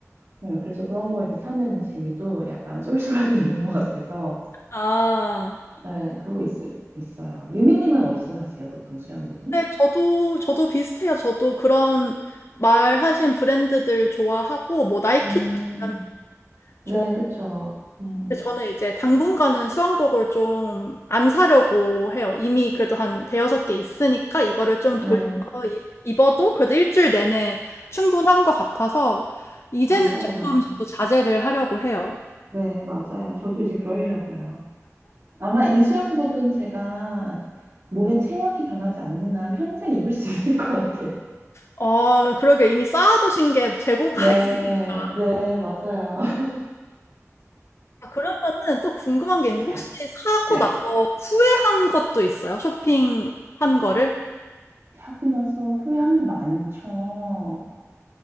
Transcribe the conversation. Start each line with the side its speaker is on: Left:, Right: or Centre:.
Right: 네, 그래서 그런 거 이제 사는 재미도 약간 쏠쏠하게 <laughs> 있는 것 같아서,
Left: 아,
Right: 네, 그러고 있, 있어요. 유미님은 어디서 사세요, 보통 수영복은?
Left: 네, 저도, 저도 비슷해요. 저도 그런 말하신 브랜드들 좋아하고, 뭐, 나이키도
Right: 음,
Left: 당연히
Right: 네,
Left: 좋아하는데,
Right: 그쵸. 음,
Left: 저는 이제 당분간은 수영복을 좀 안 사려고 해요. 이미 그래도 한 대여섯 개 있으니까, 이거를 좀
Right: 네,
Left: 돌려
Right: 음.
Left: 입- 입어도 그래도 일주일 내내 충분한 것 같아서, 이제는
Right: 맞아요.
Left: 조금 저도 자제를 하려고 해요.
Right: 네, 맞아요. 저도 이제 그러려고요. 아마 이 수영복은 제가 몸의 체형이 변하지 않는 한 평생 입을 수 <laughs> 있을 것 같아요.
Left: 어, 그러게 이미 쌓아두신 게 재고가
Right: 네,
Left: <laughs> 있으니까
Right: 네, 맞아요. <laughs>
Left: 그러면은 또 궁금한 게 있는데
Right: 네,
Left: 혹시 사고
Right: 네.
Left: 나서 후회한 것도 있어요? 쇼핑한 거를?
Right: 사고 나서 후회한 거 많죠.